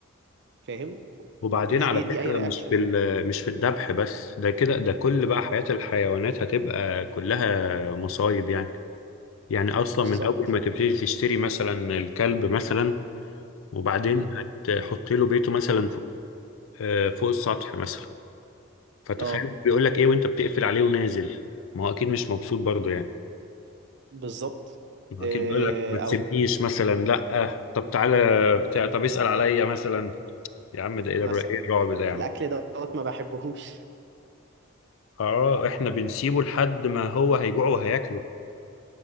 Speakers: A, on the right; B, on the left.
A: فاهم
B: وبعدين
A: مش
B: على
A: بيدي
B: فكرة
A: اي رياكشن
B: مش في ال- مش في الذبح بس ده كده ده كل
A: امم
B: بقى حياة الحيوانات هتبقى كلها مصايب يعني يعني اصلا
A: بالظبط
B: من اول ما تبتدي تشتري مثلا الكلب مثلا وبعدين
A: امم
B: هتحط له بيته مثلا فوق آه، فوق السطح مثلا فتخيل
A: اه
B: بيقول لك ايه وانت بتقفل عليه ونازل ما هو اكيد مش مبسوط برضه يعني
A: بالظبط
B: ما هو
A: آه،
B: اكيد بيقول لك ما تسيبنيش
A: او
B: مثلا لا طب تعالى بتاع طب اسال عليا مثلا يا عم ده ايه الر-
A: مثلا
B: إيه الرعب ده يا
A: الاكل
B: عم
A: دوت ما بحبهوش <laughs>
B: اه احنا بنسيبه لحد ما هو هيجوع وهياكله